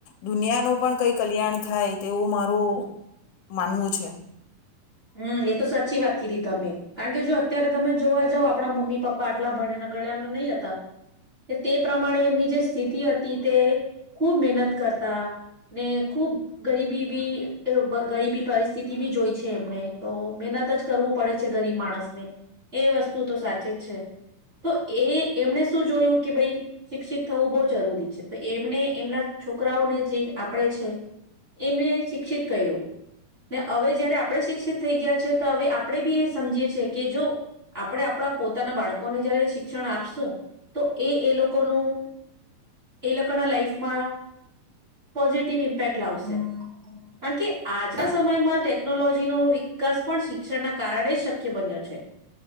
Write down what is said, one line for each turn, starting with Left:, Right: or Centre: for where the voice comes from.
Left: દુનિયાનું પણ કઈ કલ્યાણ થાય તેવું મારું માનવું છે.
Right: હમ્મ, એ તો સાચી વાત કીધી તમે કારણ કે જો અત્યારે તમે જોવા જાવ આપડા મમ્મી પપ્પા આટલા ભણયા ગળ્યાના નહી હતા તે પ્રમાણે એમની જે સ્થિતિ હતી તે ખૂબ મહેનત કરતા ને ખુબ ગરીબી બી ગરીબી પર સ્થીતી બી જોઈ છે એમને તો મહેનત જ કરવું પડે છે ગરીબ માણસને. એ વસ્તુ તો સાચે જ છે તો એ એમણે શું જોયું કે ભાઈ શિક્ષિત થવું બહુ જરૂરી છે. તો એમને એમના છોકરાઓને જે આપણેે છે એમને શિક્ષિત કર્યું. ને હવે જયારે આપણે શિક્ષિત થઈ ગયા છે તો હવે આપણે બી એ સમજીએ છે કે જો આપણે આપણા પોતાના બાળકોને જયારે શિક્ષણ આપશું તો એ એ લોકોનું એ લોકોના લાઈફમાં પોઝિટિવ ઇમ્પેક્ટ લાવશે. કારણ કે આજ સમયમાં ટેકનોલોજીનો વિકાસ પણ શિક્ષણના કારણે શક્ય બન્યો છે.